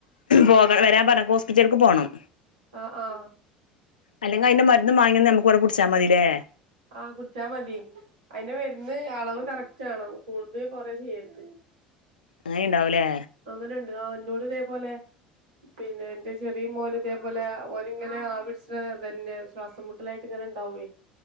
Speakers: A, on the left (about 75°); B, on the right (about 65°).
A: പോക വരാൻ പറഞ്ഞ ഹോസ്പിറ്റൽക്ക് പോണം
B: ആഹ് ആഹ്
A: അല്ലെങ്കി അയ്ന്റെ മരുന്ന് വാങ്ങി വന്ന് നമുക്ക് ഇവട പുടിച്ചാ മതില്ലേ
B: ആഹ് കുടിച്ചാ മതി അയ്ന്റെ മരുന്ന് അളവ് കറക്റ്റ് ആവണം കൂടേ കൊറയേ ചെയ്യരുത്
A: അങ്ങനിം ഇണ്ടാവുംലേ
B: അങ്ങനെ ഇണ്ട് ആ ഇന്നോട് ഇതേപോലെ പിന്നെ ഇന്റെ ചെറിയ മോന് ഇതേപോലെ ഓൻ ഇങ്ങനെ ആവിടിച്ച്ണ ഇതന്നെ ശ്വാസം മുട്ട് ട്ടലായിട്ട് ഇങ്ങനെ ഇണ്ടാവു